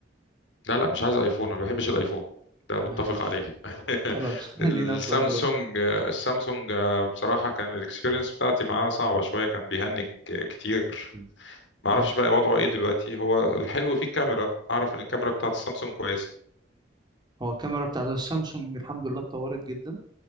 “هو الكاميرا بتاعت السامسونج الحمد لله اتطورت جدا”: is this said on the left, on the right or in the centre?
Right